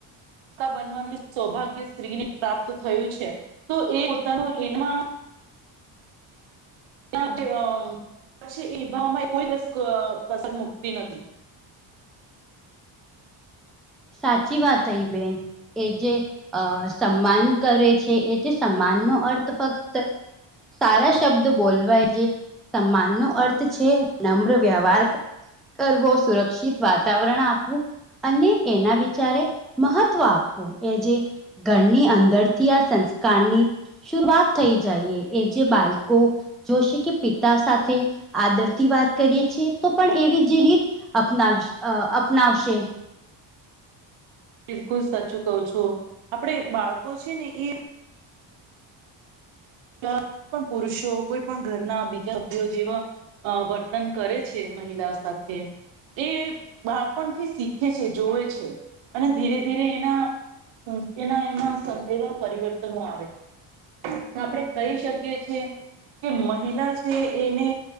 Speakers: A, on the right (about 75°); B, in the centre.
A: તા બનવાનું સૌભાગ્ય સ્ત્રીને પ્રાપ્ત થયું છે તો એ પોતાનું એનમાં. ના <unintelligible> જે પછી એ ભાવમાં કોઈ કસ કસર મુકતી નથી
B: સાચી વાત થઈ બેન. એ જે અ સમ્માન કરે છે, એ જે સમ્માનનો અર્થ ફક્ત સારા શબ્દ બોલવાય જે સમ્માનનો અર્થ છે, નમ્ર વ્યવહાર કર કરવો, સુરક્ષિત વાતાવરણ આપવું અને એના વિચારે મહત્વ આપવું. એ જે ઘરની અંદરથી આ સંસ્કારની શુરૂઆત થઈ જાઈએ. એ જે બાલકો જોશે કે પિતા સાથે આદરથી વાત કરીએ છીએ તો પણ એવી જ રીત અપનાવીશ અ અપનાવશે.
A: બિલકુલ સાચું કહું છું. આપડે બાળકો છે ને એ કો <unintelligible> પણ પુરુષો કોઈ પણ ઘરના બીજા સભ્યો જેવા અ વર્તન કરે છે મહિલા સાથે એ બાળપણથી શીખે છે, જોવે છે, અને ધીરે ધીરે એના હમ એના એમાં એવા પરિવર્તનો આવે. તો આપણે કહી શકીએ છીએ કે મહિલા છે એને